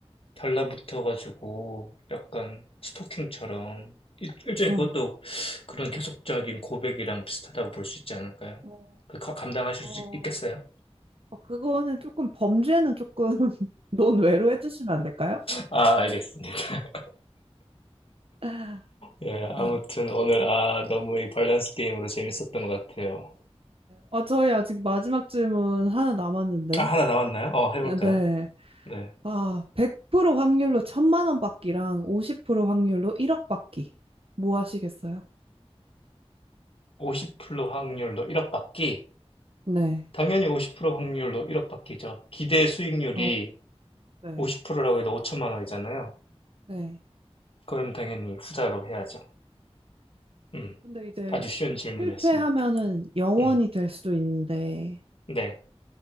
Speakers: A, on the left; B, on the right.
A: 달라붙어가지고, 약간 스토킹처럼, 일,
B: 그쵸.
A: 일종의 그것도 그런 계속적인 고백이랑 비슷하다고 볼 수 있지 않을까요?
B: 어,
A: 그 가- 감당하실
B: 어,
A: 수 있겠어요?
B: 어, 그거는 조금 범죄는 조금 <laughs> 논외로 해주시면 안 될까요?
A: 아, 알겠습니다. <laughs>
B: 아,
A: 예, 아무튼
B: 네.
A: 오늘, 아, 너무 이 밸런스 게임으로 재밌었던 것 같아요.
B: 어, 저희 아직 마지막 질문 하나 남았는데.
A: 아, 하나 나왔나요? 어, 해볼까요?
B: 네.
A: 네.
B: 아, 100% 확률로 천만 원 받기랑 50% 확률로 1억 받기. 뭐 하시겠어요?
A: 50% 확률로 1억 받기.
B: 네.
A: 당연히 오십 퍼센트 확률로 일억 받기죠 기대 수익률이
B: 어, 네.
A: 오십 라고 해도 오천만 원이잖아요.
B: 네.
A: 그럼 당연히 후자로 해야죠. 음,
B: 근데 이제
A: 아주 쉬운 질문이었습니다.
B: 실패하면은 영원이
A: 음,
B: 될 수도 있는데,
A: 네,